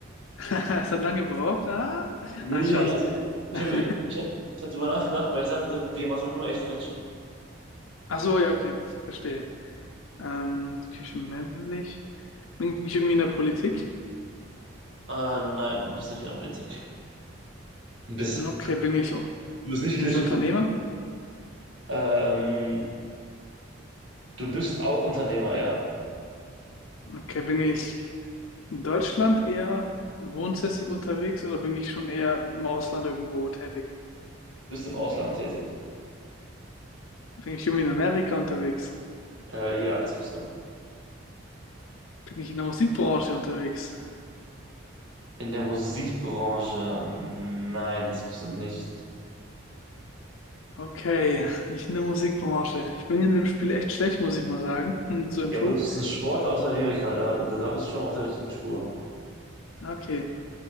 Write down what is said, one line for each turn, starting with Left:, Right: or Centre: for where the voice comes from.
Left: <laughs> Es hat lange gebraucht. Ah,
Right: Nee,
Left: ah
Right: nee,
Left: Spaß.
Right: nee, also
Left: <laughs>
Right: ich
Left: Ach
Right: habe ich hab, ich hab drüber nachgedacht, weil ich dachte, wir machen nur echte Menschen.
Left: so, ja, okay. Verstehe. Ähm, okay, ich bin männlich. Bin ich irgendwie in der Politik?
Right: Ah, nein, du bist nicht in der Politik. Du bist,
Left: Okay, bin ich,
Right: du bist nicht
Left: bin
Right: Klitschko.
Left: ich Unternehmer?
Right: Ähm, du bist auch Unternehmer, ja.
Left: Okay, bin ich. in Deutschland eher wohnsässig unterwegs oder bin ich schon eher im Ausland irgendwo tätig?
Right: Du bist im Ausland tätig.
Left: Bin ich irgendwie in Amerika unterwegs?
Right: Äh, ja, das bist du.
Left: Bin ich in der Musikbranche unterwegs?
Right: In der Musikbranche? Nein, das bist du nicht.
Left: Okay, nicht in der Musikbranche. Ich bin in dem Spiel echt schlecht, muss ich mal sagen. Hm, zur Info.
Right: Ja, aber du bist ein Sportler aus Amerika, da, da, da bist du schon mal auf der richtigen Spur.
Left: Okay,